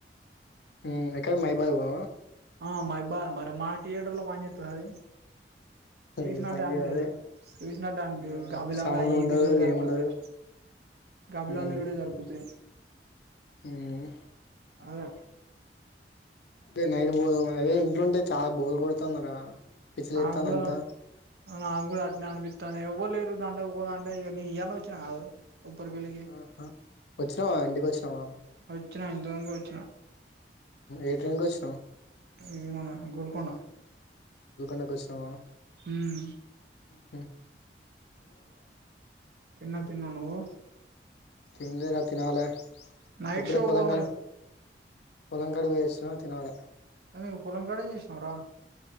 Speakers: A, on the left; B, on the right.
A: హ్మ్ ఎక్కడ మైబాకి పోదామా
B: ఆ మైబా మరి మా థియేటర్ లో పని చేస్తుంద అది చూసినట్టే
A: ఏం పని
B: అనిపియ్యదు,
A: చేయదు అదే
B: చూసినట్టే అనిపియ్యదు
A: ఆ
B: గాబిలాలు
A: సౌండ్
B: అయ్యి ఇయ్యి
A: ఉండదు
B: తిరుగుడే సరిపోతాయి
A: ఏముండదు
B: గాబిలాలు
A: ఉమ్
B: తిరుగుడే సరిపోతాయి
A: ఉమ్
B: అదే
A: అదే నైట్ పోదామని, అదే ఇంట్లో ఉంటే, చాలా బోర్ కొడుతుంది రా. పిచ్చి
B: నాకు
A: లేతాంది
B: కూడా
A: అంతా
B: నాకు కూడా అట్టనే అనిపితంది ఎవ్వరులేరు దాంట్లోకి పోదాం అంటే ఇగ నేను ఈయాలనే వచ్చిన కాదు ఉప్పరపల్లికి.
A: ఆహా వచ్చినావా ఇంటికి వచ్చినావా
B: వచ్చినా ఇంతముందుకే వచ్చినా.
A: ఏ ట్రైన్కి వచ్చినావు
B: ఇది మన గోల్కొండ.
A: నాక్ వచ్చినవా
B: ఉమ్
A: ఉమ్
B: తిన్న తిన్న నువ్వు
A: తిన్నలే రా తినాలి
B: నైట్
A: ఇపుడే
B: షో
A: పొలం
B: పోదాం
A: కాడిక్ పొలం కాడికి పోయి వచ్చిన తినాలి
B: ఎందుకు పొలం కాడ ఏం చేసినవ్ రా